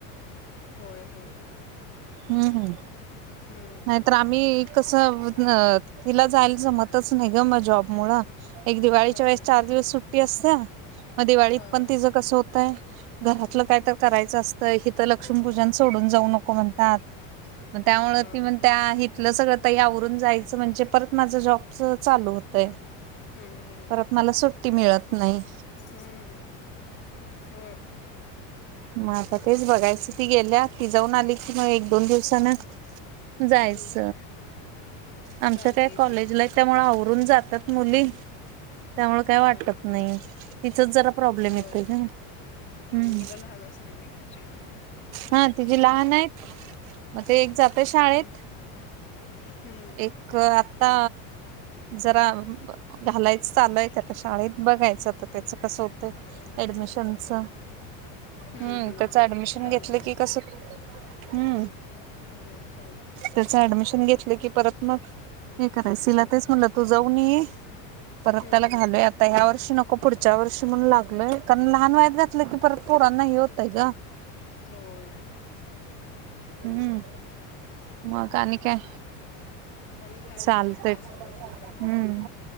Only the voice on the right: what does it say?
हुं हुं
नाहीतर आम्ही कसं अ तिला जायला जमतच नाही ग म जॉब मुळ एक दिवाळीच्या
वेळेस चार दिवस सुट्टी असते मग दिवाळीत
पण तिचं कसं होतय घरातलं काय तर करायचं असतं हीत लक्ष्मीपूजन सोडून जाऊ नको म्हणतात. मग त्यामुळे
ती म्हणत्या इथलं सगळं ताई आवरून जायचं म्हणजे परत माझं जॉबच चालू होत तय
परत मला सुट्टी मिळत नाही.
म आता तेच बघायच ती गेल्या ती जाऊन आली की म एक दोन दिवसान जायच,
आमच्या
काय कॉलेजलाये,
त्यामुळ आवरून जातात मुली. त्यामुळे काय वाटत
नाही, तिचच जरा प्रॉब्लेम
येतय ग, हम्म.
हा तिची लहाने. म ते एक जातं
शाळेत.
एक आता जरा घालायचं चालू
आहे का कशा शाळेत बघायचं आता त्याच कसं होतंय
ऍडमिशनच.
हम्म
त्याचं ऍडमिशन
घेतलं की कसं हम्
त्याच ऍडमिशन घेतलं की परत मग हे कराय
तिला तेच म्हणलं तू जाऊन ये.
परत त्याला घालूया
आता ह्या वर्षी नको पुढच्या वर्षी म्हणून लागलोय, कारण लहान वायात घातलं की परत पोरांना हे होतंय ग.
हम्म मग आणि काय?
चालतय
हम्म